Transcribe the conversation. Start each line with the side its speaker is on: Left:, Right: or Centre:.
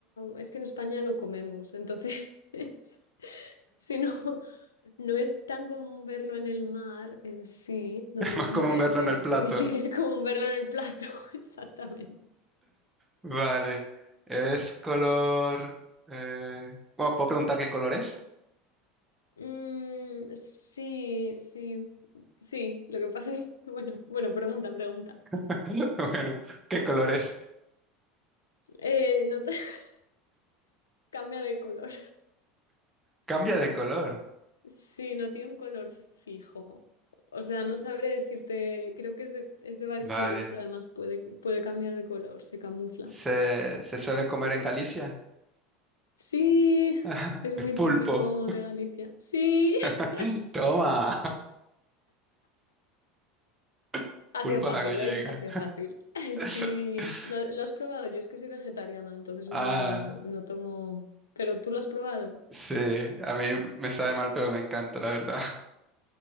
Left: es que en España lo comemos, entonces, <laughs> si no, no es tan común verlo en el mar en sí, donde
Right: Más
Left: vive,
Right: común verlo
Left: pero
Right: en el plato.
Left: sí que sí que es común verlo en el plato, <laughs> exactamente.
Right: Vale. Es color... eh, bueno, ¿puedo preguntar qué color es?
Left: Mm, sí, sí, sí. Lo que pasa es que, <laughs> bueno, bueno, pregunta, pregunta.
Right: <laughs> Bueno, ¿qué color es?
Left: Eh, no te- <laughs> cambia de color.
Right: Cambia de color.
Left: Sí, no tiene un color fijo. O sea, no sabré decirte, creo que es de, es de varios
Right: Vale.
Left: colores, pero además puede, puede cambiar de color, se camufla.
Right: ¿Se, se suele comer en Galicia?
Left: Sí,
Right: <laughs>
Left: es muy
Right: El pulpo.
Left: típico de Galicia. Sí, <laughs>
Right: <laughs> Toma. <laughs>
Left: ha
Right: Pulpo
Left: sido fácil,
Right: a la gallega.
Left: ¿eh? Ha sido
Right: <laughs>
Left: fácil. <laughs> Sí, lo, lo has probado. Yo es que soy vegetariana, entonces no,
Right: Ah,
Left: no tomo... Pero tú lo has probado.
Right: sí. A mí me sabe mal, pero me encanta, la verdad.